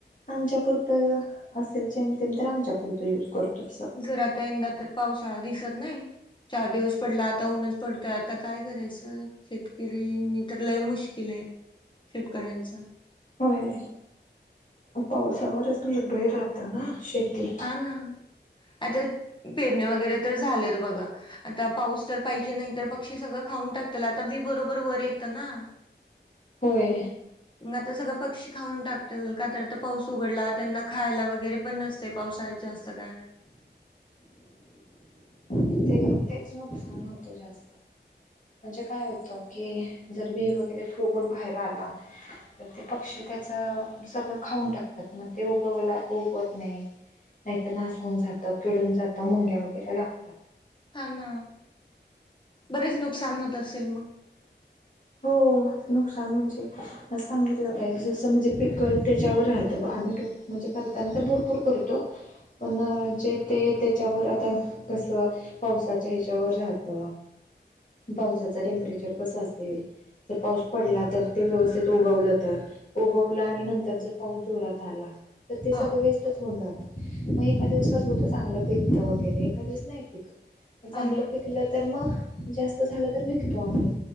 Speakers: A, on the left (about 45°); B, on the left (about 25°).
A: आमच्यापुरतं असेल जेमतेम तर आमच्यापुरतं युज करतो असं.
B: जर आता यंदा तर पावसाळा दिसत नाही. चार दिवस पडला आता ऊनच पडतोय, आता काय करायचं शेतकरी नी तर लय मुश्क केले शेतकऱ्यांचं.
A: होय. पावसावरच निर्भय राहत ना शेती.
B: हा ना आता पेरणे वगैरे तर झालेत बघा आता पाऊस तर पाहिजे नाही, तर पक्षी सगळं खाऊन टाकतील आता बी बरोबर वर येतं ना.
A: होय.
B: मग आता सगळं पक्षी खाऊन टाकतील का तर आता पाऊस उघडला त्यांना खायला वगैरे पण नसते पावसा जास्त काय?
A: ते तेच नुकसान होतं जा म्हणजे काय होतं की जर बी वगैरे फुगून बाहेर आला तर ते पक्षी त्याचं सगळं खाऊन टाकतात मग ते उगवला उगवत नाही. नाहीतर नास हुन जात, किडून जात, मुंग्या वगैरे लागता.
B: हा ना. बरेच नुकसान होत असेल मग.
A: हो. नुकसान म्हणजे म सांगितलं काय जसं म्हणजे पिकल त्याच्यावर राहतं आम्ही क म्हणजे करताना तर भरपूर करतो. पण जे ते त्याच्यावर आता तस पावसाच्या ह्याच्यावर राहत. पावसाच टेम्परेचर कसं असेल. जर पाऊस पडला, तर ते व्यवस्थित उगवलं तर उगवला आणि नंतर जर पाऊस जोरात आला, तर ते
B: हा
A: सगळं वेस्टच होऊन जातं. मग एका दिवस कसं होतं चांगलं पिकतं वगैरे एका दिवस नाही पिकत.
B: हा
A: चांगलं
B: ना.
A: पिकलं तर मग जास्त झालं तर विकतो आम्ही